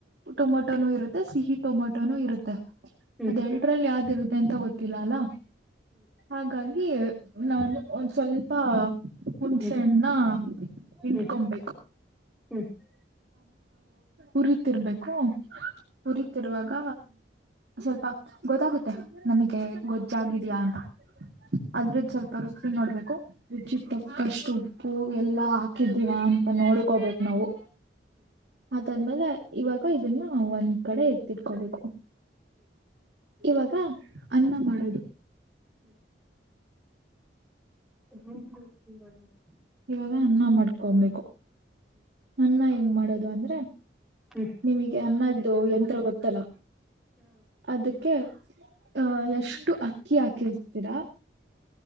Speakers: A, on the right (about 65°); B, in the centre.
A: ಟೊಮೊಟೋನು ಇರುತ್ತೆ ಸಿಹಿ ಟೊಮೊಟೊನು ಇರುತ್ತೆ
B: ಹ್ಮ್
A: ಅದೆ ಎಲ್ಡರಲ್ಲಿ ಯಾವ್ದ್ ಇರುತ್ತ ಎಂತ ಗೊತ್ತಿಲ್ಲ ಅಲ್ಲ ಹಾಗಾಗಿ ನಾನು ಒಂದ ಸ್ವಲ್ಪ ಹುಣ್ಸೆಣ್ಣ
B: ಹ್ಮ್
A: ಇಂಡಕೊಬೇಕು
B: ಹ್ಮ್ ಹ್ಮ್ ಹ್ಮ್ ಹ್ಮ್
A: ಉರಿತಿರ್ಬೇಕು ಹುರಿತಿರುವಾಗ ಸ್ವಲ್ಪ ಗೊತ್ತಾಗುತ್ತೆ ನಮಗೆ ಗೊಜ್ಜಾಗಿದಯಾ ಅಂತ ಅದ್ರದ ಸ್ವಲ್ಪ ರುಚಿ ನೋಡ್ಬೇಕುರು ರುಚಿಗೆಟಕ್ಟು ಉಪ್ಪು ಎಲ್ಲಾ ಹಾಕಿದ್ದೀವಾ ಅಂತ ನೋಡ್ಕೋಬೇಕ ನಾವು ಅದಾದ್ಮೇಲೆ ಇವಾಗ ಅಕ್ಕ ಇದನ್ನ ಒಂದ್ ಕಡೆ ಎತ್ತಿಟ್ಕೊಬೇಕು ಇವಾಗ ಅನ್ನ ಮಾಡೋದು
B: ಹ್ಮತ <inaudible>
A: ಇವಾಗ ಅನ್ನ ಮಾಡ್ಕೊಬೇಕು ಅನ್ನ ಹೆಂಗ್ ಮಾಡೋದು ಅಂದ್ರೆ
B: ಹ್ಮ್
A: ನಿಮಗೆ ಅನ್ನದ್ದು ಯಂತ್ರ ಗೊತ್ತಲ್ಲ ಅದಕ್ಕೆ ಅಹ ಎಷ್ಟು ಅಕ್ಕಿ ಹಾಕಿರ್ತೀರಾ